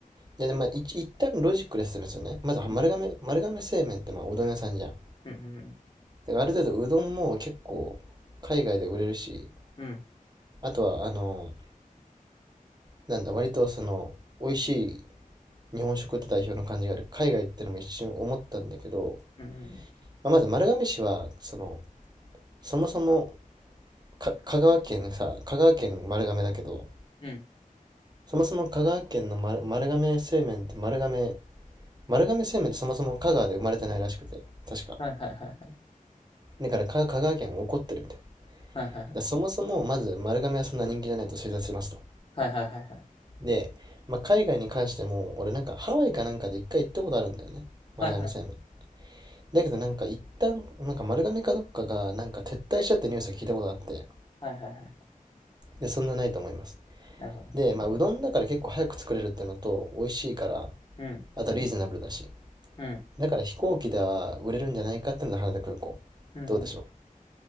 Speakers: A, on the right; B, on the left.
A: で、まあ、一一旦ロジックで説明するね。まずは丸亀、
B: い。うん。
A: 丸亀製麺ってまあうどん屋さんじゃん。だ
B: うんうん
A: からある程度うどんも結構海外で売れるし、
B: うん。
A: あとはあの、なんだ、割とその、美味しい日本食って代表の感じがある。海外ってのも一瞬思ったんだけど、
B: うん。うんうん。
A: まあ、まず丸亀市は、その、そもそもか香川県さ、香川県丸亀だけど、
B: うん。
A: そもそも香川県の丸、丸亀製麺って丸亀、丸亀製麺ってそもそも香川で生まれてないらしくて、確か。
B: はいはいはいはい。
A: だから香川県怒ってるみたい。
B: はいはいは
A: だそもそもまず丸亀はそんな人気じゃないと推察しますと。
B: いはい。
A: で、まあ、海外に関しても、俺なんかハワイかなんかで一回行ったことあるんだよね。丸亀製麺。
B: はいはいはい。
A: だけどなんか一旦、なんか丸亀かどっかが、なんか撤退しちゃってニュースを聞いたことがあって、
B: はいはいはい。
A: で、そんなないと思います。
B: なるほど。
A: で、まあ、うどんだから結構早く作れるってのと、美味しいから、
B: うん。うん。
A: あとリーズナブルだし。
B: うん。
A: だから飛行機では売れるんじゃないかってので羽田空港。
B: うん
A: どうでしょう